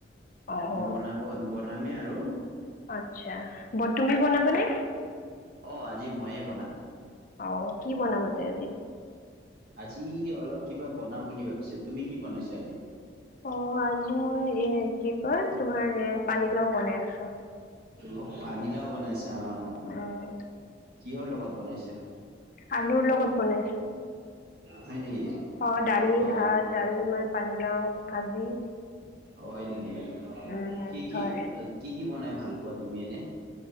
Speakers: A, on the left; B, on the right.
A: অ অ
B: বনাব বনামেই আৰু
A: আচ্ছা ব তুমি বনাবা নে
B: অ আজি ময়ে বনাম
A: অ কি বনাবা তে আজি
B: আজি অলপ কিবা বনাম বুলি ভাবিছো তুমি কি বনাইছা আজি
A: অ আজি মই এ কি কয় তোমাৰ এ পানীল বনাই আছো
B: অ পানীলাও বনাইছো অ
A: উম
B: কিহৰ লগত বনাইছে
A: আলুৰ লগত বনাইছো
B: হয় নেকি
A: অ দালি
B: অ
A: ভাত আৰু তোমাৰ পানী লাও ভাজি
B: হয় নেকি
A: উম
B: কি কি,
A: হয়
B: কি কি বনাই ভাল পোৱা তুমি এনে